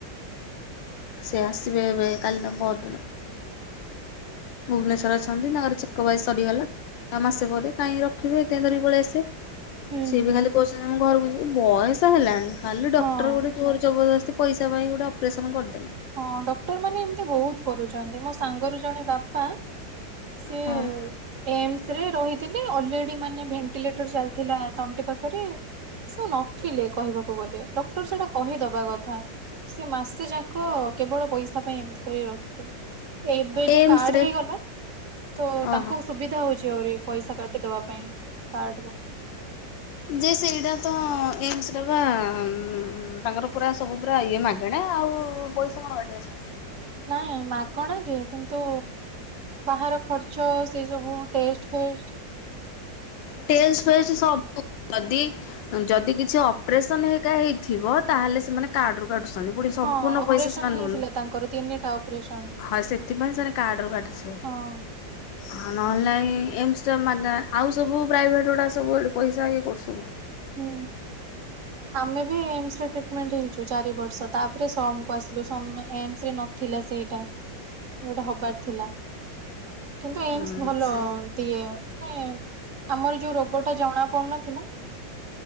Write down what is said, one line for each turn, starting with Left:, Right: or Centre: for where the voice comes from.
Left: ସେ ଆସିିବେ ଏବେ କାଲି ନା ପହର ଦିନ। ଭୁବନେଶ୍ୱର
Right: ହୁଁ
Left: ଅଛନ୍ତି ତାଙ୍କର ଚେକ୍ ଅପ୍ ଆଜି ସରିଗଲା। ଆଉ ମାସେ ପରେ କାହିଁ ରଖିବି ଏଥି ପାଇଁ ଧରି ପଳେଇ ଆସେ।
Right: ହୁଁ
Left: ସିଏ ବି ଖାଲି କହୁଚନ୍ତି ମୁଁ ଘରକୁ ଯିବି। ବୟସ ହେଲାଣି ଖାଲି
Right: ହଁ।
Left: ଡକ୍ଟର ଗୋଟେ ଜୋର ଜବଦସ୍ତ ସେ ପଇସା ପାଇଁ ଗୋଟେ ଅପରେସନ କରିଦ
Right: ହଁ ଡକ୍ଟର ମାନେ ଏମତି ବହୁତ କରୁଚନ୍ତି। ମୋ ସାଙ୍ଗର ଜଣେ ବାପା ସିଏ
Left: ହଁ।
Right: ଏମ୍ସ ରେ ରହିଥି ଲେ ଅଲରେଡି ମାନେ ଭେଣ୍ଟିଲେଟର ଚାଲିଥିଲା ତଣ୍ଟି ପାଖରେ ସେ ଆଉ ନଥିଲେ କହିବାକୁ ଗଲେ ଡକ୍ଟର ସେଟା କହିଦବା କଥା ସେ ମାସେ ଯା କ୍ କ କେବଳ ପଇସା ପାଇଁ ଏମତି କରି ରଖିଦେଲ। ଏବେ
Left: ଏମ୍ସରେ।
Right: ଯୋଉ କାର୍ଡ ହେଇଗଲା ତ ତାଙ୍କୁ
Left: ଓହୋ।
Right: ସୁବିଧା ହଉଚି ଆହୁରି ପଇସା କାଟିଦବା ପାଇଁ କାର୍ଡ ରୁ। ହ
Left: ଯେ ସେଇଟା ତ ଏମ୍ସ୍ ରେ ବା ଉଁ ତାଙ୍କର ପୁରା ସବୁ ପୁରା ଇଏ ମାଗେଣା। ଆଉ ପଇସା କଣ କାଟିି ଅଛି?
Right: ନାଇଁ ମାଗଣା ଯେ କିନ୍ତୁ ବାହାର ଖର୍ଚ୍ଚ ସେ ସବୁ ଟେଷ୍ଟ ଫେଷ୍ଟ୍
Left: ଟେଷ୍ଟ ଫେଷ୍ଟ୍ ସବୁ ଯଦି ଯଦି କିଛି ଅପରେସନ ହେଇକା ହେଇଥିବ ତାହେଲେ ସେମାନେ କାର୍ଡ ରୁ କାଟୁଚନ୍ତି। ପୁଣି ସମ୍ପୂର୍ଣ୍ଣ
Right: ହଁ ଅପରେସନ
Left: ପଇସା ସେମାନେ
Right: ହେଇଥିଲା
Left: ନଉନ
Right: ତାଙ୍କର ତିନିଟା ଅପରେସନ
Left: ହଁ ସେଥିପାଇଁ ସେମାନେ କାର୍ଡରୁ କାଟିଥିବେ।
Right: ହଁ।
Left: ହଁ ନ ହେଲେ ନାଇଁ ଏମ୍ସ ଟା ମାଗଣା। ଆଉ ସବୁ ପ୍ରାଇଭେଟ୍ ଗୁଡ଼ା ସବୁ ଏଇଠି ପଇସା ଇଏ କରୁଚନ୍ତି।
Right: ହୁଁ ଆମେ ବି ଏମ୍ ଶ୍ ତ ଟିଟି ମେଣ୍ଟ ହେଇଚୁ ଚାରି ବର୍ଷ ତାପରେ ସମକୁ ଆସିଲୁ ସମ୍ ଏମ୍ ଶ୍ ରେ ନଥିଲା ସେଇଟା। ଗୋଟେ ହବାର ଥିଲା। କିନ୍ତୁ ଏମ୍
Left: ହୁଁ
Right: ସ ଭଲ
Left: ସେ
Right: ଦିଏ ମାନେ ଆମର ଯୋଉ ରୋଗ ଟା ଜଣା ପଡୁନଥିଲା